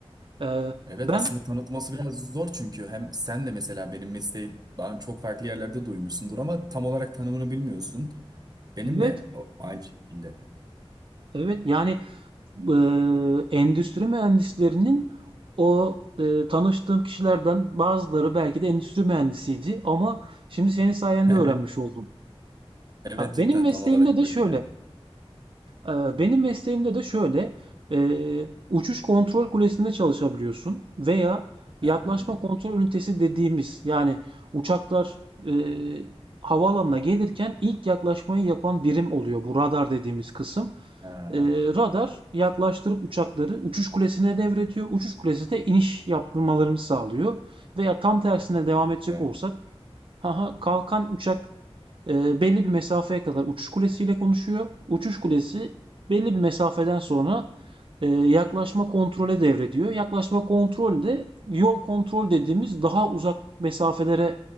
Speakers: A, on the right (about 55°); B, on the right (about 40°).
A: E,
B: Evet
A: ben
B: aslında tanıtması biraz zor çünkü hem sen de mesela benim mesleği daha çok farklı yerlerde duymuşsundur ama tam olarak tanımını bilmiyorsun. Benim
A: evet
B: de o- aynı şekilde.
A: evet yani e, endüstri mühendislerinin o e, tanıştığım kişilerden bazıları belki de endüstri mühendisiydi ama şimdi senin sayende
B: <laughs> Evet.
A: öğrenmiş oldum.
B: Evet
A: Ya
B: cidden
A: benim mesleğimde
B: tam olarak
A: de
B: öyle
A: şöyle.
B: yani.
A: Ee, Benim mesleğimde de şöyle, eee, uçuş kontrol kulesinde çalışabiliyorsun veya yaklaşma
B: Ha,
A: kontrol ünitesi dediğimiz yani uçaklar eee, havaalanına gelirken ilk yaklaşmayı yapan birim oluyor bu radar dediğimiz kısım.
B: ha,
A: Eee, radar yaklaştırıp uçakları uçuş kulesine devrediyor. Uçuş kulesi de iniş yaptırmalarını sağlıyor. Veya tam tersine devam edecek
B: güzel.
A: olsak, haha, kalkan uçak e, belli bir mesafeye kadar uçuş kulesiyle konuşuyor. Uçuş kulesi belli bir mesafeden sonra e, yaklaşma kontrole devrediyor. Yaklaşma kontrol de yol kontrol dediğimiz daha uzak mesafelere